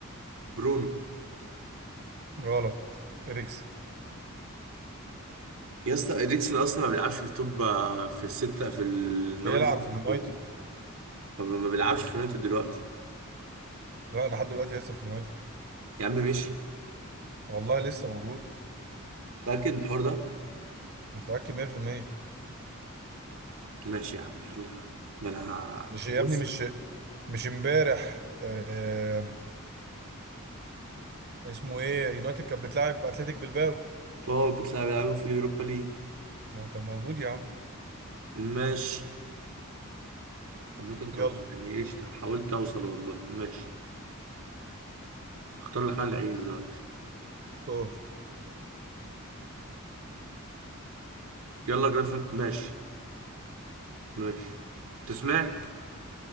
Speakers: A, on the right; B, on the right.
A: برونو
B: غلط اريكسن
A: يا اسطى اريكسن اصلا ما بيلعبش في التوب آه، في الستة في النوادي
B: بيلعب
A: الستة
B: في اليونايتد
A: الكبرى. طب ما بيلعبش في يونايتد دلوقتي
B: لا لحد دلوقتي لسه في اليونايتد
A: يا عم ماشي
B: والله لسه موجود
A: متأكد من الحوار ده
B: متأكد 100%
A: ماشي يا عم يلا يا عم. ده انا
B: مش يا
A: بص
B: ابني مش مش امبارح آه اسمه ايه يونايتد كانت بتلعب اتلتيك بلباو
A: فهو بتلعب بيلعبوا في اليوروبا ليج
B: ما هو كان موجود يا عم
A: ماشي عامة توقع
B: يلا
A: يعني قشطة حاولت اوصل والله ماشي اختار لك انا العيب دلوقتي
B: طور
A: يلا جرافيك ماشي ماشي انت سمعت